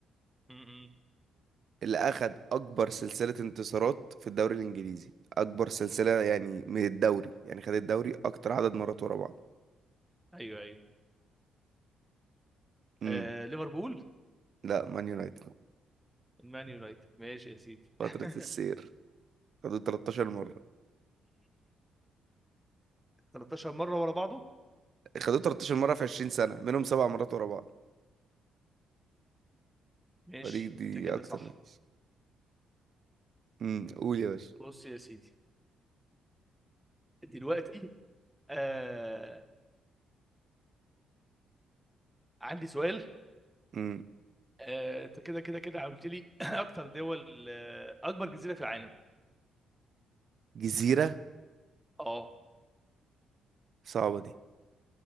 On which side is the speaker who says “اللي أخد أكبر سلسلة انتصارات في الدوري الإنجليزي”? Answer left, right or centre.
Right